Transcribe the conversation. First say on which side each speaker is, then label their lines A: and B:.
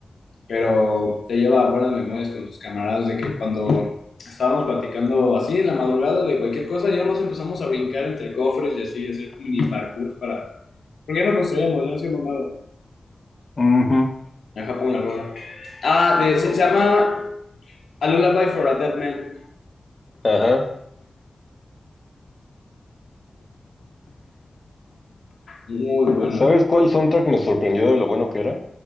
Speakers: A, on the left; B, on the left.
A: pero te lleva a buenas memorias con tus camaradas de que cuando estábamos platicando así en la madrugada de cualquier cosa, ya nos empezamos a brincar entre cofres y así, hacer mini parkour para ¿Por qué no construimos? Yo no soy mamado.
B: Ujú.
A: Deja pongo la rola. Ah, de- se, se llama A Lullaby for a Dead Man.
B: Ajá.
A: Muy bueno.
B: ¿Sabes cuál soundtrack me sorprendió de lo bueno que era?